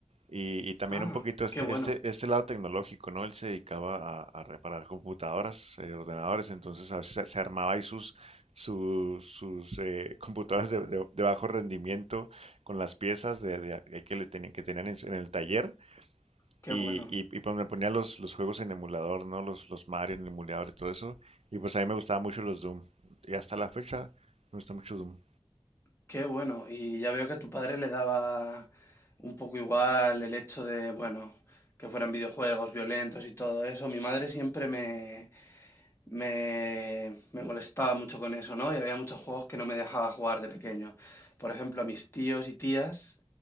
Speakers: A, on the right (about 85°); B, on the left (about 25°).
A: Y, y también
B: Ah,
A: un poquito este,
B: qué bueno,
A: este, este lado tecnológico, ¿no? Él se dedicaba a, a reparar computadoras, eh, ordenadores, entonces a veces se, se armaba ahí sus, sus, sus eh, computadoras de, de- de bajo rendimiento con las piezas de, de- de que, le tenían, que tenían en, su- en el taller
B: qué
A: y,
B: bueno.
A: y, y pues me ponía los, los juegos en emulador, ¿no? Los, los Mario en emulador y todo eso. Y pues a mí me gustaban mucho los Doom. Y hasta la fecha me gusta mucho Doom.
B: Qué bueno, y ya veo que a tu padre le daba un poco igual el hecho de, bueno, que fueran videojuegos violentos y todo eso. Mi madre siempre me, me, me molestaba mucho con eso, ¿no? Y había muchos juegos que no me dejaba jugar de pequeño. Por ejemplo, a mis tíos y tías